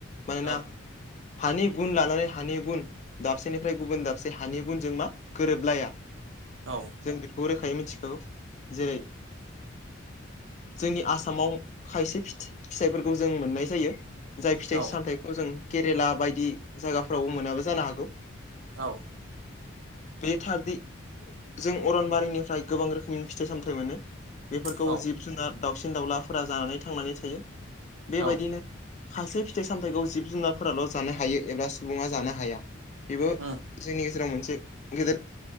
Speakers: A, on the left (about 35°); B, on the right (about 75°).
A: मानोना
B: औ
A: हानि गुन लानानै हानि गुन दाबसेनिफ्राय गुबुन दाबसे हानि गुनजों मा गोरोबलाया
B: औ
A: जों बेखौ रोखायै मिथिखागौ जेरै जोंनि आसामाव खायसे फिथ-फिथाइफोरखौ जों मोननाय जायो जाय फिथाइ
B: औ
A: सामथाइखौ जों केरेला बायदि जायगाफ्रावबो मोनाबो जानो हागौ
B: औ
A: बे थारदि जों अरनबारिनिफ्राय गोबां रोखोमनि फिथाइ सामथाइ मोनो बेफोरखौ
B: औ
A: जिब जुनार दाउसिन दाउलाफोरा जानानै थांनानै थायो
B: औ
A: बेबायदिनो खासे फिथाइ सामथायाइखौ जिब जुनारफोराल' जानो हायो एबा सुबुङा जानो हाया बेबो
B: उम
A: जोंनि गेजेराव मोनसे गेदेर